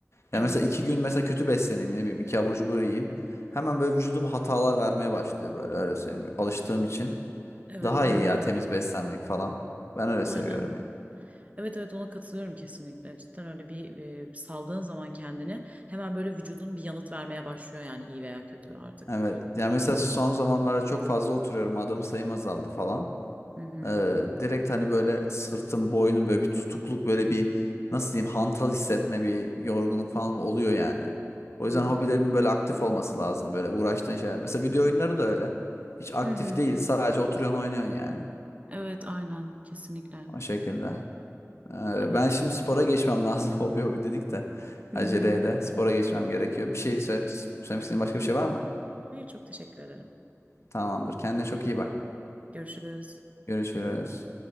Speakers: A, on the left; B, on the right.
A: Yani
B: Evet.
A: mesela iki gün mesela kötü besleneyim ne bileyim iki abur cubur yiyeyim. Hemen böyle vücudum hatalar vermeye başlıyor böyle öyle söyleyeyim. Alıştığım için.
B: Evet
A: Daha
B: aynen.
A: iyi ya temiz beslenmek falan. Ben öyle seviyorum
B: Aynen.
A: yani.
B: Evet evet ona katılıyorum kesinlikle. Cidden öyle bir e, saldığın zaman kendini hemen böyle vücudun bir yanıt vermeye başlıyor yani iyi veya kötü artık.
A: Evet. Yani mesela son zamanlarda çok fazla oturuyorum. Adım sayım azaldı falan.
B: Hı hı.
A: Ee, direkt hani böyle sırtım boynum böyle bir tutukluk böyle bir nasıl diyeyim hantal hissetme bir yorgunluk falan oluyor yani. O yüzden
B: Hı hı.
A: hobilerin böyle aktif olması lazım böyle uğraştığın şeyler. Mesela video oyunları da öyle. Hiç aktif
B: Hı hı.
A: değil sadece oturuyorsun oynuyorsun yani.
B: Evet aynen kesinlikle.
A: O şekilde. Ee,
B: Evet.
A: ben şimdi spora geçmem lazım <laughs> hobi hobi dedik de.
B: Hı
A: Aceleyle
B: hı.
A: spora geçmem gerekiyor. Bir şey sö- söylemek istediğin başka bir şey var mı?
B: Hayır çok teşekkür ederim.
A: Tamamdır. Kendine çok iyi bak.
B: Görüşürüz.
A: Görüşürüz.